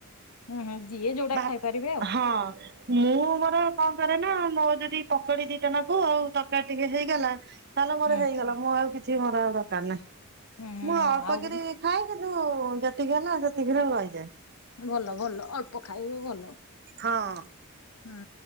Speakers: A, on the left; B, on the right.
A: ହୁଁ ହୁଁ ଯିଏ ଯୋଉଟା
B: ଭା
A: ଖାଇପାରିବେ ଆଉ
B: ହଁ। ମୁଁ ମୋର କଣ କରେ ନା ମୋ ଯଦି ପକଡି ଦିଟାନାଖୁ ଆଉ ତରକାରୀ ଟିକେ ହେଇଗଲା ତାହେଲେ ମୋର
A: ହୁଁ
B: ହେଇଗଲା ମୁଁ ଆଉ କିଛି ମୋର ଆଉ ଦରକାର ନାହିଁ
A: ହୁଁ ହୁଁ
B: ମୁଁ ଅଳ୍ପ
A: ଆଉ
B: କିରି ଖାଏ କିନ୍ତୁ ଯେତିକି ହେଲା ସେତିକିରେ ରଇଯାଏ।
A: ଭଲ ଭଲ ଅଳ୍ପ ଖାଇବୁ ଭଲ।
B: ହଁ।
A: ହାଁ।